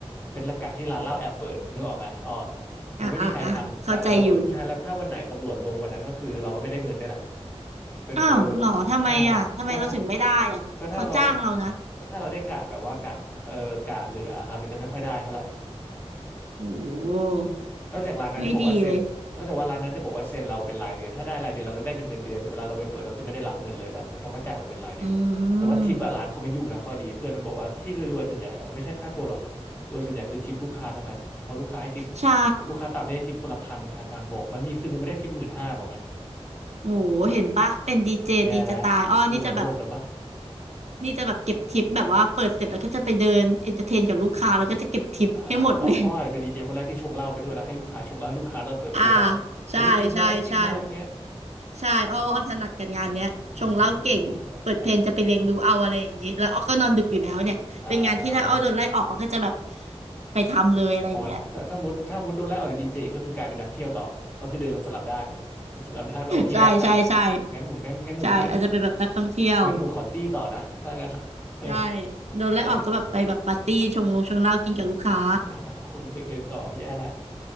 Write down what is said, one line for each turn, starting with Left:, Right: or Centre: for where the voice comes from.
Left: เป็นกะที่ร้านเหล้าแอบเปิดนึกออกไหมอ๋อ
Right: อ่ะอ่ะอ่ะเข้าใจอยู่
Left: มันไม่มีใครทำกะร้านเหล้าเปิดใช่แล้วถ้าวันไหนตำรวจลงวันนั้นก็คือเราก็ไม่ได้เงินด้วยนะเป็นเออ
Right: อ้าวเหรอทำไมอ่ะทำไมเราถึงไม่ได้อ่ะเขาจ้างเรานะ
Left: ใช่ก็ถ้าก็ถ้าเราก็ถ้าเราได้กะแบบว่ากะเออกะเหลือครับมันจะไม่ค่อยได้เท่าไหร่
Right: โอ้โห
Left: นอกจากร้านนั้นจะบอกว่าเซ็นนอกจากว่าร้านนั้นจะบอกว่าเซ็นเราเป็นรายเดือนถ้าได้รายเดือนเราก็จะได้เป็นเงินเดือนแต่เวลาเราไปเปิดเราจะไม่ได้รับเงินเลยอะไรแบบนั้นเพราะเขาจ่ายเราเป็นรายเดือนแต่ว่าทิปอะร้านเขาไม่ยุ่งนะข้อดีเพื่อนมันบอกว่าที่รวยๆส่วนใหญ่อะไม่ใช่ค่าตัวหรอกโดยส่วนใหญ่คือทิปลูกค้าทั้งนั้นเพราะลูกค้าให้ทิป
Right: ไม่ดีเลยอืมใช่
Left: ลูกค้าต่างประเทศทิปคนละพันพันพันบอกมันมีคืนนึงไม่ได้ทิปหมื่นห้าบอกงี้
Right: โอ้โหเห็นปะเป็นดีเจดีจะตายอ้อนี่จะแบบ
Left: แย่แล้วพูดแล้วโลภแล้วปะ
Right: นี่จะแบบเก็บทิปแบบว่าเปิดเสร็จแล้วก็จะไปเดินเอนเตอร์เทนกับลูกค้าแล้วก็จะเก็บทิปให้หมดเลย
Left: อ่าอ้ออ้ออาจจะเป็นดีเจคนแรกที่ชงเหล้าไปด้วยแล้วให้ลูกค้าชงเหล้าให้ลูกค้าตอนเปิดไปด้วยได้เฮ้ยกินไหมกินไหมอย่างเงี้ย
Right: อ่าใช่ใช่ใช่ใช่อ้อว่าอ้อถนัดกับงานเนี้ยชงเหล้าเก่งเปิดเพลงจะไปเลียงรูเอาอะไรอย่างนี้แล้วอ้อก็นอนดึกอยู่แล้วเนี่ยเป็นงานที่ถ้าอ้อโดนไล่ออกอ้อก็จะแบบ
Left: <laughs> ได้ได้ อ่า
Right: ไปทำเลยอะไรอย่างเงี้ย
Left: อ๋อถ้าถ้ามุดถ้ามุดโดนไล่ออกจากดีเจก็คือกลายเป็นนักเที่ยวต่อ ก็คือเดินลงสลับด้าน <laughs> สลับด้านแบบโอเคได้ค่ะ
Right: ใช่ใช่ใช่
Left: งั้นหนูงั้นงั้นหนูงั้น
Right: ใช่อาจจะเป็นแบบนักท่องเที่ยว
Left: งั้นหนูขอตี้ต่อนะถ้างั้น <laughs>
Right: ใช่โดนไล่ออกก็แบบไปแบบปาร์ตี้ชงลงชงเหล้ากินกับลูกค้า
Left: ได้ <laughs> โอ้เป็นเด็กเอ็นต่อแย่แล้ว